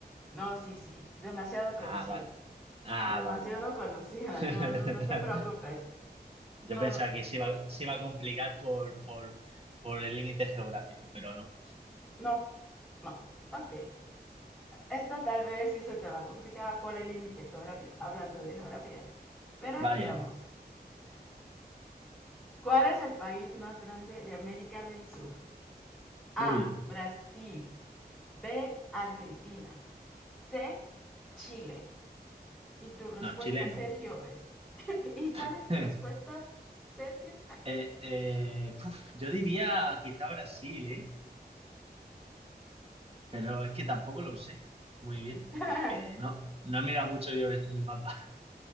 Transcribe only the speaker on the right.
Ah, vale. Ah,
vale, vale.
<laughs>
Yo
pensaba que se iba, se iba a complicar por, por, por el límite geográfico, pero no.
Vaya.
Uy,
no, chileno.
<laughs>
Eh, eh, puf, yo diría quizá Brasil, ¿eh? Pero es que tampoco lo sé muy bien,
porque no, no he mirado mucho yo el el mapa. <laughs>